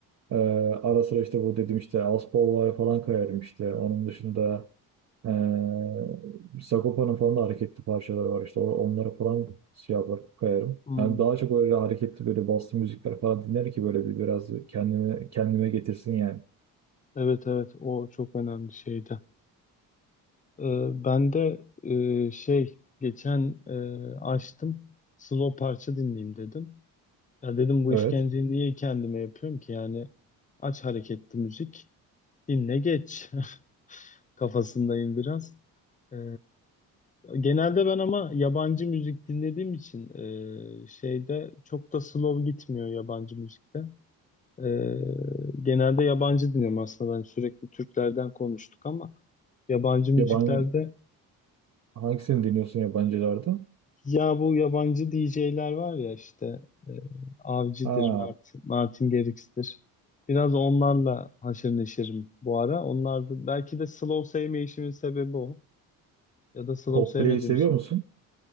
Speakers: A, on the right; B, on the left.
A: e, ara sıra işte bu dedim işte Aspol var falan kayarım işte. Onun dışında Ee, Sagopa'nın falan da hareketli parçaları var işte or- onlara falan şey yapar kayarım.
B: Hmm,
A: Yani daha çok öyle hareketli böyle bastı müzikler falan dinler ki böyle bir biraz kendime kendime getirsin yani.
B: Evet evet o çok önemli şeydi. Ee, ben de e, şey geçen e, açtım slow parça dinleyeyim dedim. Ya dedim bu
A: Evet.
B: işkenceyi niye kendime yapıyorum ki yani aç hareketli müzik dinle geç <laughs> kafasındayım biraz. Ee, genelde ben ama yabancı müzik dinlediğim için e, şeyde çok da slow gitmiyor yabancı müzikte. Ee, genelde yabancı dinliyorum aslında. Ben sürekli Türklerden konuştuk ama yabancı müziklerde
A: Yabancı hangisini dinliyorsun yabancılarda?
B: ya bu yabancı DJ'ler var ya işte e, Avicii'dir,
A: Ha,
B: Martin, Martin Garrix'tir. Biraz onlarla haşır neşirim bu ara. Onlar da, belki de slow sevmeyişimin sebebi o. Ya da slow
A: Coldplay'i
B: sevmediğim
A: seviyor
B: için.
A: musun?